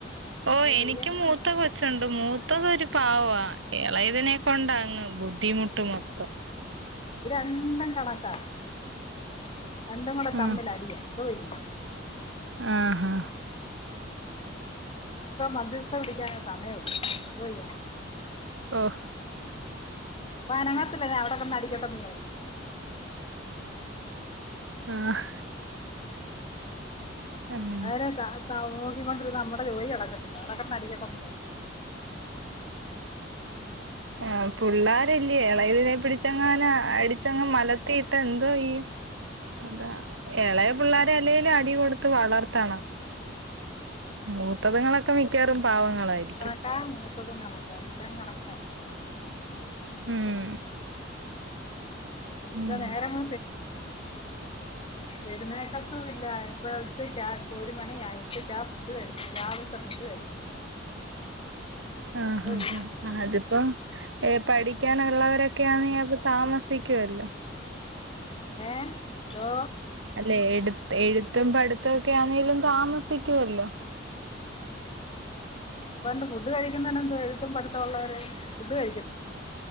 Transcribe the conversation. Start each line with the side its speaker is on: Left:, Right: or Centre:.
Right: ഓ
Left: എന്തോ
Right: എനിക്കും
Left: ചെയ്യാനാ
Right: മൂത്ത കൊച്ചൊണ്ട് മൂത്തതൊര് പാവ എളെതിനെ
Left: ആഹ്
Right: കൊണ്ടാങ്ങ് ബുദ്ധിമുട്ട് മൊത്തം
Left: ഇത് രണ്ടും കണക്കാ രണ്ടും കുട
Right: ഉം
Left: തമ്മിലടിയാ. ടോയി
Right: ആഹ്
Left: പ്പൊ മധ്യസ്ഥം പിടിക്കാന സമയള്ളു എന്തോയ്യാനാ
Right: ഓഹ്
Left: പനങ്ങത്തില അവിടെക്കെ കിടന്ന് അടിക്കട്ടന്ന
Right: ആഹ് ഉം
Left: നേരെ നോക്കിക്കൊണ്ടിരുന്ന നമ്മുടെ ജോലി അടക്കത്തില്ല അടകിടന്നടിക്കട്ടന്ന
Right: ആഹ് പിള്ളാരല്ലേ ഇളെതിനെ പിടിച്ചങ്ങന അടിച്ചങ്ങ മലത്തി ഇട്ട എന്തോയ്യും? അതാ ഇളയ പിള്ളോര അല്ലേലും അടി കൊടുത്ത് വളർത്തണം. മൂത്തതങ്ങളൊക്കെ മിക്കാറും പാവങ്ങളായിരിക്കും.
Left: എല്ലാ മൂത്തതുങ്ങളും കണക്കന്നെ ഇല്ലാം കണക്കാ.
Right: ഉം
Left: അതാ
Right: ഉം
Left: നേരങ്ങ എഴുന്നേക്കത്തുല്ല ഇപ്പോഴ ഉച്ചയ്ക്ക ഇപ്പ ഒരു മണി ആയി ഉച്ചക്ക ഫുഡ് കഴിക്കുന്നത് രാവിലത്തെ ഫുഡ് കഴിക്കും.
Right: ആഹ്
Left: എന്തോ ചെയ്യും
Right: ആഹ് അതിപ്പം പഠിക്കാനുള്ളവരൊക്കെയാന്ന് താമസിക്കുവല്ലോ?
Left: ഏഹ് ന്തോ
Right: അല്ലെ എട്ത്ത് എഴുത്തും പഠിത്തക്കെ ആണെലും താമസിക്കുവല്ലോ?
Left: അപ്പണ്ട് ഫുഡ് കഴിക്കുന്നണ്ട് എഴുത്തും പഠത്തുള്ളവര് ഫുഡ്കഴിക്ക